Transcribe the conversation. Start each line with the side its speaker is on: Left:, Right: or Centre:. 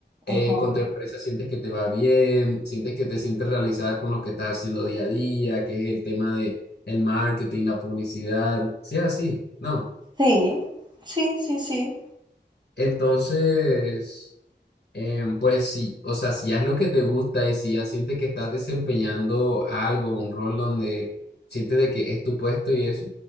Left: eh,
Right: Ajá.
Left: con tu empresa sientes que te va bien, sientes que te sientes realizada con lo que estás haciendo día a día, que es el tema de el marketing, la publicidad, si es así, no.
Right: Sí, sí, sí, sí.
Left: Entonces. Eh, pues sí, o sea, si haz lo que te gusta y si ya sientes que estás desempeñando algo, un rol donde sientes de que es tu puesto y eso,